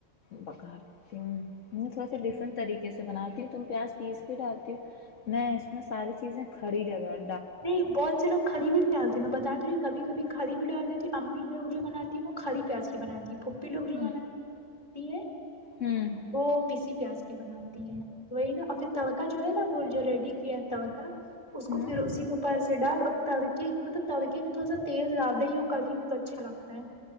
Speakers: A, on the left; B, on the left.
A: پکارتی ہوں <unintelligible> ہ تھوڑا س
B: نہیں
A: ڈفرنٹ طریق سے <unintelligible> بناتی ہوں تم پیاز پیس کے ڈالتی ہووں میں اس میں ساری چیزیں کھڑی ڈگا <unintelligible>
B: نہیں بہت سے لوگ <unintelligible> کری بھی ڈالتی میں بتاتی کبھی کبھی کھری بھی ڈال دیتی ہوں امی لوگ جو بناتی ہے وہ کری پیاز کی بناتی پھپھی لوگ جو
A: ہوں
B: بنی ہے
A: ہوں
B: وہ پیسی پیاز کی بناتی ہے تو وہی نا پھر تڑکا جو ہے نا وہ جو ریڈی کیا ہے تڑکا اس
A: ہوں
B: کو <unintelligible> پھر اس کے اوپر سے ڈال اب تڑکے مطلب تڑکے میں تھوڑا سا تیز زیادہ ہی ہو کڑی میں تو اچھا لگتا ہے <unintelligible>